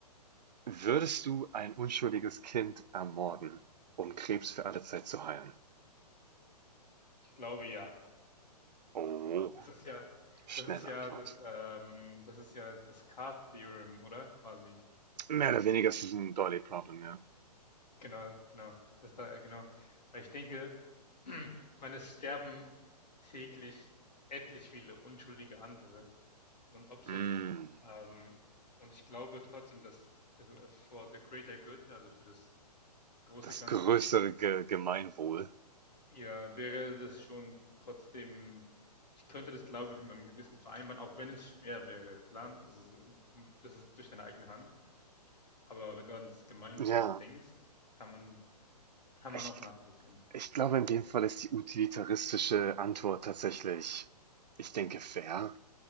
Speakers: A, on the right; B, on the left.
A: Würdest du ein unschuldiges Kind ermorden, um Krebs für alle Zeit zu heilen?
B: ich glaube ja.
A: Oh,
B: Das ist ja,
A: schnelle
B: das ist ja
A: Antwort.
B: das, ähm, das ist ja das Card-Theorem, oder? Quasi.
A: Mehr oder weniger ist es ein Dolly Problem, ja.
B: Genau, genau. Das da, äh, genau. Weil ich denke, <clears throat> ich meine, es sterben täglich etlich viele unschuldige andere. Und ob es
A: Mm,
B: jetzt, ähm, und ich glaube trotzdem, dass äh, for the greater good, also für das große
A: das
B: Ganze,
A: größere Ge Gemeinwohl.
B: ja, wäre das schon trotzdem, ich könnte das, glaube ich, mit meinem Gewissen vereinbaren, auch wenn es schwer wäre. Klar, es ist, das ist durch deine eigene Hand, aber wenn du ans Gemeinwohl
A: Ja,
B: denkst, kann man, kann man
A: ich,
B: auch nachvollziehen.
A: ich glaube, in dem Fall ist die utilitaristische Antwort tatsächlich, ich denke, fair.